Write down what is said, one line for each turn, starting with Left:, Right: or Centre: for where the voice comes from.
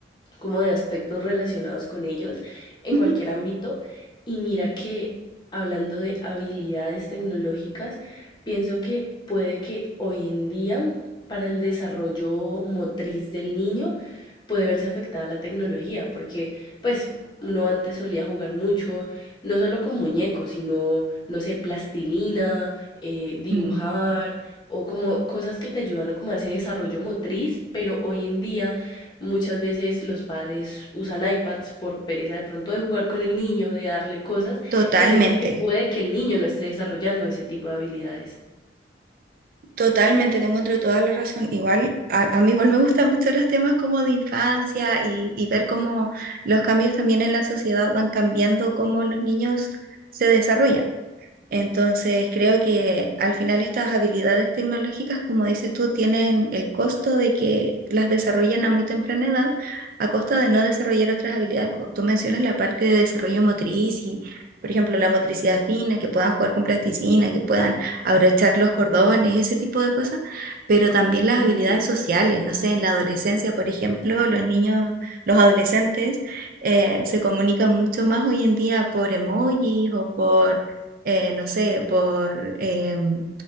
Left: como de aspectos relacionados con ellos en
Right: Ujú.
Left: cualquier ámbito. Y mira que hablando de habilidades tecnológicas, pienso que puede que hoy en día para el desarrollo motriz del niño puede verse afectada la tecnología, porque pues uno antes solía jugar mucho, no solo con muñecos, sino, no sé, plastilina, eh, dibujar
Right: Mm,
Left: o como cosas que te ayudan a como a ese desarrollo motriz, pero hoy en día Muchas veces los padres usan iPads por pereza de pronto de jugar con el niño, de darle cosas,
Right: totalmente,
Left: que siento que puede que el niño no esté desarrollando ese tipo de habilidades.
Right: totalmente, te encuentro toda la razón. Igual, a, a mí igual me gustan mucho los temas como de infancia y, y ver cómo los cambios también en la sociedad van cambiando cómo los niños se desarrollan. Entonces, creo que al final estas habilidades tecnológicas, como dices tú, tienen el costo de que las desarrollen a muy temprana edad, a costa de no desarrollar otras habilidades, como tú mencionas la parte de desarrollo motriz y, por ejemplo, la motricidad fina, que puedan jugar con plasticina, que puedan abrochar los cordones, ese tipo de cosas, pero también
Left: Ujú.
Right: las habilidades sociales, no sé, en la adolescencia, por ejemplo, los niños, los adolescentes eh, se comunican mucho más hoy en día por emojis o por eh, no sé, por em,